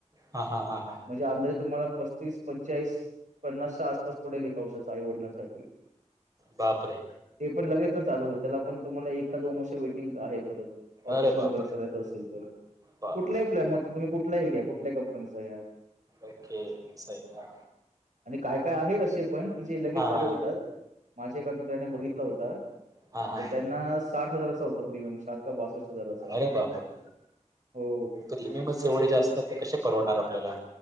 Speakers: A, on the right (about 30°); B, on the right (about 80°).
A: हा हा हा हा
B: म्हणजे अंदाजे तुम्हाला पस्तीस पंचाळीस पन्नासच्या आसपास पडेल एक कऔशा आईवडिलांसाठी
A: बापरे
B: पण लगेच ना ल होत त्याला पण तुम्हाला एकका दोन वर्ष वेटिंग आहे परत ऑपरेशन
A: अरे बापरे
B: वगैरे करायचं असेल तर
A: बापरे
B: कुठल्याही प्लॅनममध्ये तुम्ही कुठ कुठही घ्या कुठल्या कंपनीचा घ्या
A: ओके सई का
B: आणि काय काय आहेत असे पण की जे लगेच
A: हा
B: चालू
A: हा
B: होतात माझ्या एका मित्राने बघितला होत
A: हा हा
B: तर त्यांना साठ हजाराचा होता प्रिमियम साठ का बासष्ट हजाराचा
A: अरे बापरे
B: हो
A: प्रीमियमच एवढे जास्तात ते कसे परवणार आपल्याला